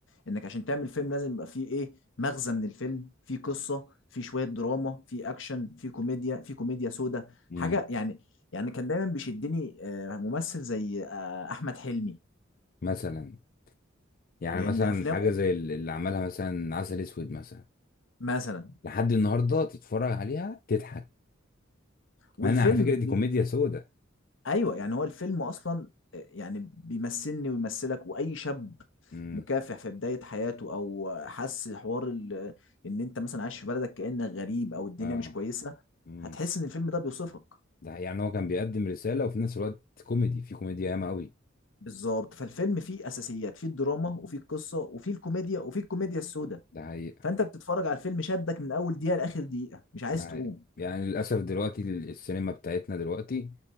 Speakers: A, on the left (about 70°); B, on the left (about 45°).
A: انك عشان تعمل فيلم لازم يبقى فيه ايه مغزى من الفيلم فيه قصه فيه شويه دراما فيه اكشن فيه كوميديا فيه كوميديا سودا
B: مم.
A: حاجه يعني يعني كان دايما بيشدني آه، ممثل زي آه، احمد حلمي
B: مثلا يعني
A: لان
B: مثلا
A: افلامه
B: حاجة زي ال- اللي عملها مثلا عسل أسود مثلا
A: مثلا
B: لحد النهاردة تتفرج عليها تضحك
A: والفيلم
B: مع إن على فكرة دي كوميديا سودة
A: ايوه يعني هو الفيلم اصلا آه، يعني بيمثلني ويمثلك واي شاب
B: مم.
A: مكافح في بدايه حياته او حس حوار ال- ان انت مثلا عايش في بلدك كانك غريب او الدنيا
B: اه
A: مش كويسه
B: مم.
A: هتحس ان الفيلم ده بيوصفك
B: ده حقيقي. يعني هو كان بيقدم رسالة وفي نفس الوقت كوميدي في كوميديا ياما قوي
A: بالظبط فالفيلم فيه اساسيات فيه الدراما وفيه القصه وفيه الكوميديا وفيه الكوميديا السوداء
B: ده حقيقة
A: فانت بتتفرج على الفيلم شدك من اول دقيقه لاخر دقيقه مش عايز
B: ده حقيقة.
A: تقوم
B: يعني للأسف دلوقتي ال- السينما بتاعتنا دلوقتي